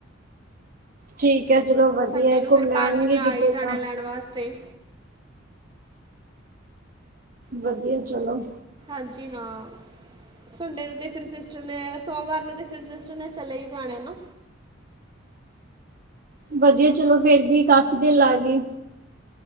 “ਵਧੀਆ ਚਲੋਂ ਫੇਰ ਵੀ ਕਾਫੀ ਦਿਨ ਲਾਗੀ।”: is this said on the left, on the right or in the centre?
Right